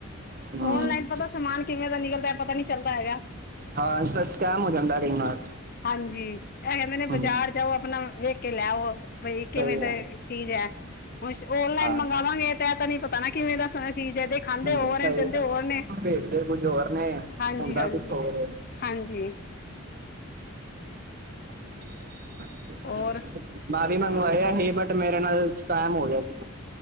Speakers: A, on the right; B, on the left.
A: ਹੂੰ
B: ਓਨਲਾਈਨ ਪਤਾ ਸਮਾਨ ਕਿਵੇਂ ਦਾ ਨਿਕਲਦਾ ਪਤਾ ਨਹੀਂ ਚੱਲਦਾ ਹੈਗਾ
A: ਹਾਂ ਸਕੈਮ ਹੋ ਜਾਂਦਾ ਕਈ ਵਾਰ
B: ਹਾਂਜੀ <unintelligible> ਨੇ
A: ਹੂੰ
B: ਬਾਜ਼ਾਰ ਜਾਓ ਆਪਣਾ ਵੇਖ ਕੇ ਲੈ ਆਓ ਬਈ ਕਿਵੇਂ
A: ਸਹੀ
B: ਦਾ
A: ਗੱਲ ਹੈ,
B: ਚੀਜ਼ ਹੈ। ਹੁਣ ਓਨਲਾਈਨ
A: ਹਾਂ
B: ਮੰਗਵਾਵਾਂਗੇ ਤਾਂ ਤ ਨ ਪਤਾ ਨਾ ਕਿਵੇਂ ਦਾ ਚੀਜ਼ ਹੈਦੇ ਦਿਖਾਂਦੇ
A: ਹੂੰ
B: ਹੋਰ
A: ਸਹੀ
B: ਨੇ ਦਿੰਦੇ
A: ਗੱਲ
B: ਹੋਰ ਨੇ
A: ਭੇਜਦੇ ਕੁੱਝ ਹੋਰ ਨੇ
B: ਹਾਂਜੀ
A: ਹੁੰਦਾ
B: ਹਾਂਜੀ
A: ਕੁਛ ਹੋਰ ਹੈ
B: ਹਾਂਜੀ
A: <inaudible>
B: ਹੋਰ
A: ਮੈਂ ਵੀ ਮੰਗਵਾਇਆ ਸੀ ਬਟ ਮੇਰੇ ਨਾਲ ਸਕੈਮ ਹੋ ਗਿਆ ਸੀ